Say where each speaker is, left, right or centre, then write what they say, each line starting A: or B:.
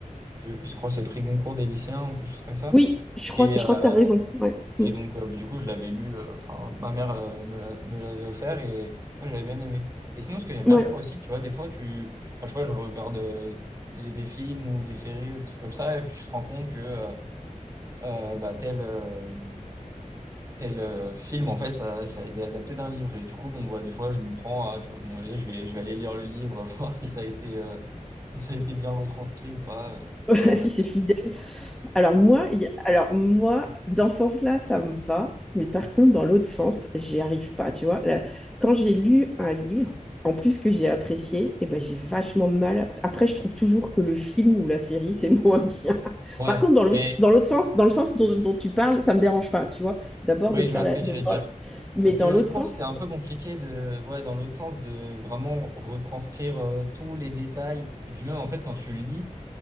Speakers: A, on the right; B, in the centre.
A: je crois que c'est le prix Goncourt des lycéens ou quelque chose comme ça.
B: Oui, je crois,
A: Et,
B: je
A: euh,
B: crois que tu as raison. Ouais. Mm.
A: Et donc, euh, bah, du coup, je l'avais lu, euh, enfin, ma mère euh, me l'a- me l'avait offert et moi, j'avais bien aimé. Et sinon, ce que j'aime
B: Ouais.
A: bien faire aussi, tu vois, des fois, tu, enfin, je sais pas, je regarde euh, des, des films ou des séries ou des trucs comme ça, et puis tu te rends compte que euh, euh, bah, tel, euh, tel euh, film, en fait, ça, ça a été adapté d'un livre. Et du coup, bon, bah, des fois, je me prends à, tu vois, bon, allez, je vais, je vais aller lire le livre, <laughs> voir si ça a été, euh, si ça a été bien retranscrit ou pas. euh,
B: <laughs>
A: J'aime.
B: si c'est fidèle. Alors moi, il y a- alors moi, dans ce sens-là, ça me va, mais par contre, dans l'autre sens, j'y arrive pas, tu vois. Là, quand j'ai lu un livre, en plus que j'ai apprécié, eh ben, j'ai vachement de mal. Après. après, je trouve toujours que le film ou la série, c'est <laughs> moins bien.
A: Ouais,
B: Par contre, dans l'autre,
A: mais
B: dans l'autre sens, dans le sens dont, dont tu parles, ça me dérange pas, tu vois. D'abord
A: oui,
B: de faire
A: je vois
B: la,
A: ce que
B: de
A: tu veux dire.
B: voir la- Mais
A: Parce
B: dans
A: que
B: l'autre
A: je trouve
B: sens,
A: que c'est un peu compliqué de, ouais, dans l'autre sens, de vraiment retranscrire euh, tous les détails. Et puis même, en fait, quand tu le lis,